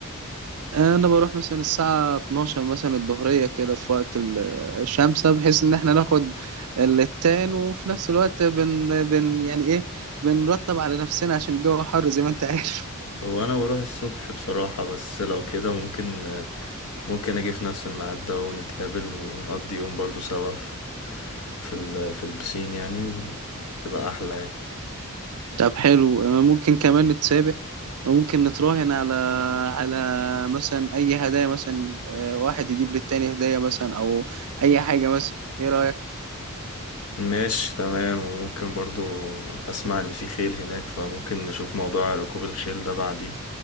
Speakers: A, on the right; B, on the left.
A: انا بروح مثلا الساعه 12 مثلا الظهريه كده في وقت ال- الشمسه بحيث ان احنا ناخد التان وفي نفس الوقت بن, بن يعني ايه بنرتب على نفسنا عشان الجو حر زي ما انت عارف
B: هو انا بروح الصبح بصراحة بس لو كده ممكن ممكن اجي في نفس الميعاد ده ونتقابل ونقضي يوم برضو سوا في في ال- في البسين يعني وتبقى احلى يعني
A: <laughs> طب حلو ممكن كمان نتسابق وممكن نتراهن على على مثلا اي هدايا مثلا آه، واحد يجيب للتاني هدايا مثلا او اي حاجه مثلا ايه رايك
B: ماشي تمام وممكن برضو اسمع ان في خيل هناك فممكن نشوف موضوع ركوب الخيل ده بعديه